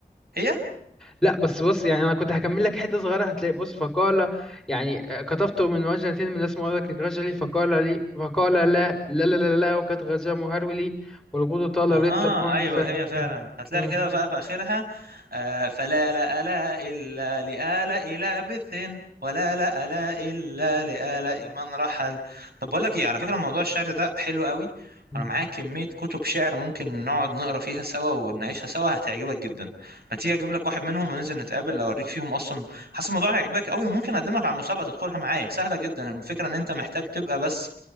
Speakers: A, on the right; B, in the centre.
A: هي
B: لا بس بص يعني انا كنت هكمل لك حته صغيره هتلاقي بص فقال يعني آه، كتبته من وجهة من اسم ولدك الرجل فقال لي فقال لا لا لا لا, لا وقد غزا مهرولي والغدو طال
A: اها
B: رتب
A: ايوه
B: فل
A: هي فعلا
B: مم،
A: هتلاقي
B: مم،
A: كده بقى في اخرها آه فلا لا لا الا لآلاء لابث ولا لا لا الا لآلاء من رحل طب بقول لك ايه على فكره موضوع الشعر ده حلو قوي
B: مم.
A: وانا معايا كميه كتب شعر ممكن نقعد نقرا فيها سوا ونعيشها سوا هتعجبك جدا ما تيجي اجيب لك واحد منهم وننزل نتقابل اوريك فيهم اصلا حاسس الموضوع هيعجبك قوي ممكن اقدمك على المسابقه تدخلها معايا سهله جدا الفكره ان انت محتاج تبقى بس